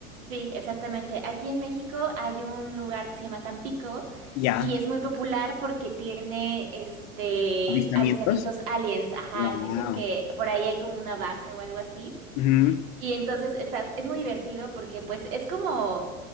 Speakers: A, on the right (about 65°); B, on the left (about 40°).
A: Sí, exactamente. Aquí en México hay un lugar que se llama Tampico
B: Ya.
A: y es muy popular porque tiene este
B: Avistamientos.
A: avistamientos aliens, ajá,
B: Wow.
A: dicen que por ahí hay como una base o algo así.
B: Ujú.
A: Y entonces está, es muy divertido porque pues es como